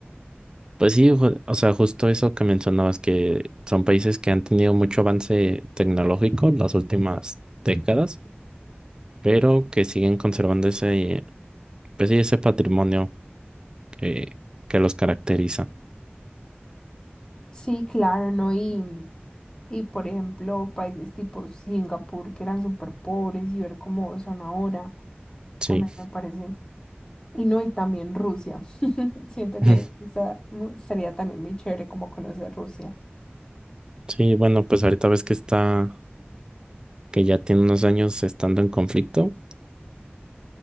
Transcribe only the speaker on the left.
Sí, claro, ¿no? Y, y por ejemplo, países tipo Singapur que eran súper pobres y ver cómo son ahora,
también me parece. Y no, y también Rusia. <laughs> Siento
que esa mu- sería también muy chévere como conocer Rusia.